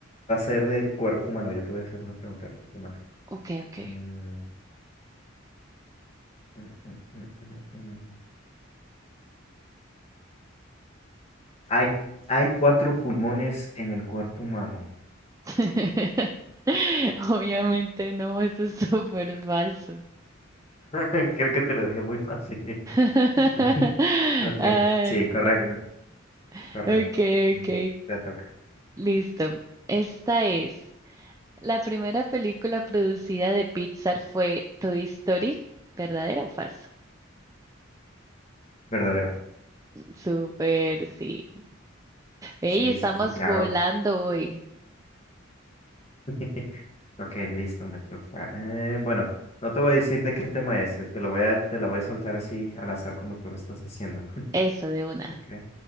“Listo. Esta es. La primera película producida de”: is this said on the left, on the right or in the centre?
Right